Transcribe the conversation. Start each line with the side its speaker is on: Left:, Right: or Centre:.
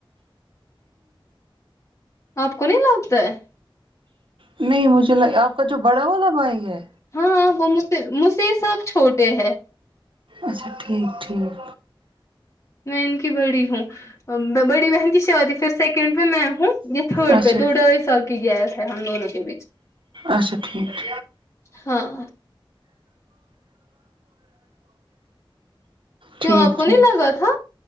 Left: آپ کو نہیں لگتا ہے
Right: نہیں مجھے لگا آپ کا جو بڑا والا بھائی ہے
Left: ہاں وہ مج مجھ سے یہ سب چھوٹے ہے
Right: اچھا ٹھیک ٹھیک
Left: میں ان کی بڑی ہوں بڑی بہن کی شادی پھر سیکنڈ پے میں ہوں جی تھرڈ
Right: اچھا
Left: پہ دو ڈھائی سال کی گیس ہے ہم دونوں کے بیچ
Right: اچھا ٹھیک
Left: ہاں کیوں
Right: ٹھیک
Left: آپ کو
Right: ٹھیک
Left: نہیں لگا تھا